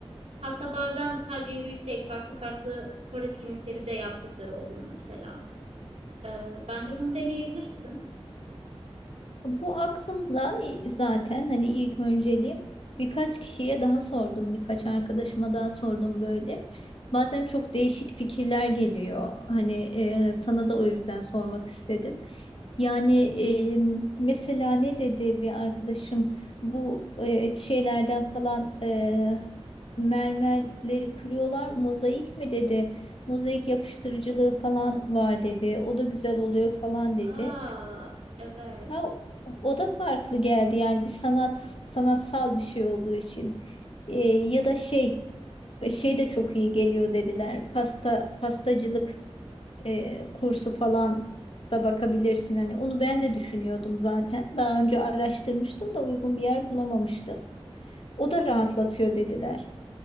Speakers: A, on the right; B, on the left.
A: Hatta bazen sadece yürüyüş değil, farklı farklı spor etkinlikleri de yaptıkları oluyor mesela. Ee, bence bunu deneyebilirsin.
B: Bu aklımda zaten hani ilk önceliğim birkaç kişiye daha sordum, birkaç arkadaşıma daha sordum böyle. Bazen çok değişik fikirler geliyor. Hani e, sana da o yüzden sormak istedim. Yani e, mesela ne dedi bir arkadaşım bu e, şeylerden falan e, mermerleri kırıyorlar mozaik mi dedi. Mozaik yapıştırıcılığı falan var dedi. O da güzel oluyor falan dedi.
A: Aa, evet.
B: Ha, o o da farklı geldi yani bir sanat sanatsal bir şey olduğu için Ee, ya da şey e, şey de çok iyi geliyor dediler pasta pastacılık e, kursu falan da bakabilirsin hani onu ben de düşünüyordum zaten daha önce araştırmıştım da uygun bir yer bulamamıştım. O da rahatlatıyor dediler.